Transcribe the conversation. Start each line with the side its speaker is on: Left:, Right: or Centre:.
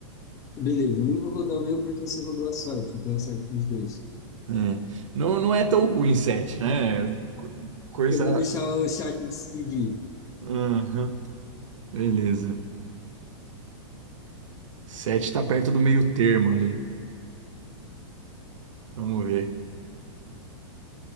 Left: Beleza, eu nem vou rodar o meu porque você rodou a sorte, então é a sorte dos dois.
Right: É. Não, não é tão ruim sete, né? Co- Coisa.
Left: Eu vou deixar o chat decidir.
Right: Aham. Beleza. Sete tá perto do meio termo ali. Vamos ver.